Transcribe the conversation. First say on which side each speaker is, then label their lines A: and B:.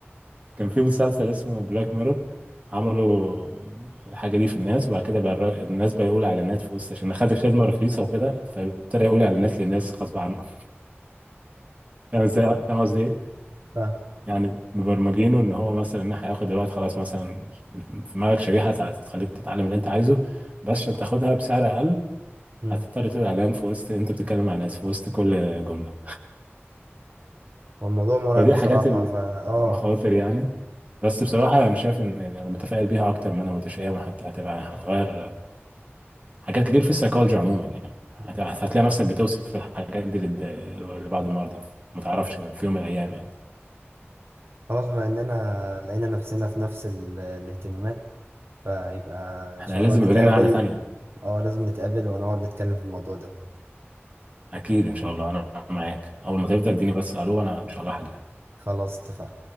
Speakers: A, on the right; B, on the right.
A: كان في مسلسل اسمه بلاك ميرور عملوا الحاجه دي في الناس وبعد كده بقى الر- الناس بقى يقول اعلانات في وسط عشان خد الخدمه رخيصه وكده فابتدى يقول اعلانات للناس غصب عنه <laughs> فاهم ازاي فاهم قصدي ايه
B: فاهم
A: يعني مبرمجينه ان هو مثلا ان هياخد دلوقتي خلاص مثلا في دماغك شريحه تع- تخليك تتعلم اللي انت عايزه بس عشان تاخدها بسعر اقل
B: مم.
A: هتضطر تقول اعلان في وسط انت بتتكلم مع ناس في وسط كل جمله
B: هو الموضوع مرعب
A: فدي
B: بصراحة
A: حاجات ال-
B: فا اه
A: المخاطر يعني بس بصراحة أنا شايف إن أنا متفائل بيها أكتر ما أنا متشائم حتى هتبقى هتغير حاجات كتير في السيكولوجي عموما يعني هت-
B: مم.
A: هتلاقي نفسك بتوصف الحاجات دي لد- لبعض المرضى ما تعرفش في يوم من الأيام يعني
B: خلاص بما اننا لقينا نفسنا في نفس ال- الاهتمامات فيبقى ان
A: إحنا
B: شاء
A: لازم
B: الله نتقابل
A: يبقى لنا قعدة تانية
B: اه لازم نتقابل ونقعد نتكلم في الموضوع ده
A: أكيد إن شاء الله أنا معاك أول ما تفضل اديني بس ألو أنا إن شاء الله هجي
B: خلاص اتفقنا